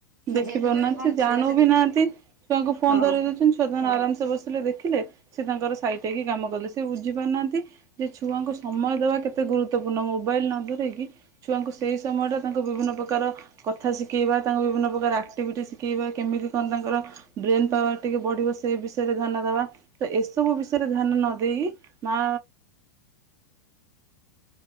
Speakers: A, on the right; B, on the right.
A: ଦେଖି
B: ଯେହେତୁ
A: ପାରୁନାହାନ୍ତି
B: ମାନେ କଣ
A: ଜାଣୁ
B: ଛୁଆ ସେତେ
A: ବି ନାହାନ୍ତି ଛୁଆଙ୍କୁ ଫୋନ
B: ହଁ
A: ଧରେଇ ଦଉଛନ୍ତି ଛୁଆ ତାଙ୍କର ଆରାମସେ ବସିଲେ ଦେଖିଲେ। ସିଏ ତାଙ୍କର ସାଇଟ୍ ହେଇକି କାମ କଲେ ସିଏ ବୁଝି ପାରୁନାହାନ୍ତି ଯେ ଛୁଆଙ୍କୁ ସମୟ ଦେବା କେତେ ଗୁରୁତ୍ୱପୂର୍ଣ୍ଣ ମୋ ମୋବାଇଲ ନ ଧରକି ଛୁଆଙ୍କୁ ସେଇ ସମୟଟା ତାଙ୍କୁ ବିଭିନ୍ନ ପ୍ରକାର କଥା ଶିଖେଇବା ତାକୁ ବିଭିନ୍ନ ପ୍ରକାର ଆକ୍ଟିଭିଟି ଶିକେଇ କେମିତି କଣ ତାଙ୍କର ବ୍ରେନ ପାୱାର ଟିକେ ବଢିବ ସେ ବିଷୟରେ ଧ୍ୟାନ ଦବା। ତ ଏସବୁ ବିଷୟରେ ଧ୍ୟାନ ନ ଦେଇ ମା